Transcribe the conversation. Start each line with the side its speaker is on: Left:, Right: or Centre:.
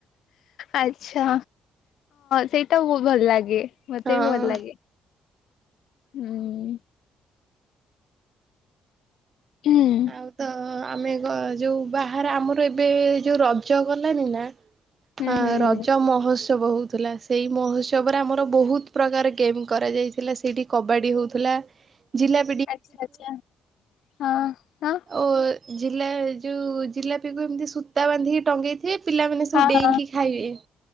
Left: ଆଚ୍ଛା ସେଇଟା ବହୁତ ଭଲ ଲାଗେ। ମତେ
Right: ହଁ
Left: ବି ଭଲ ଲାଗେ ହୁଁ ହୁଁ। ହୁଁ
Right: ଆଉ ତ ଆମେ ଯୋଉ ବାହାରେ ଆମର ଏବେ ଯୋଉ ରଜ ଗଲାନି ନା ଆ
Left: ହୁଁ
Right: ରଜ ମହୁତ୍ସ ଉହତ୍ସବ ହେଉଥିଲା ସେହି ମହୋତ୍ସବରେ ଆମର ବହୁତ ପ୍ରକାର ଗେମ୍ କରାଯାଇଥିଲା ସେଇଠି କବାଡ଼ି ହେଉଥିଲା। ଜିଲ୍ଲା
Left: ଆଛା ଆଛା ହଁ ହୁଁ।
Right: ଓ ଜିଲ୍ଲା ଯୋଉ ଜିଲ୍ଲା ଏମିତି ସୂତା ବ ବାନ୍ଧିକି ଟଗେଇଥିବେ ପିଲାମାନେ
Left: ହଁ
Right: ସବୁ ଡେଇଁକି
Left: ହଁ
Right: ଖାଇବେ।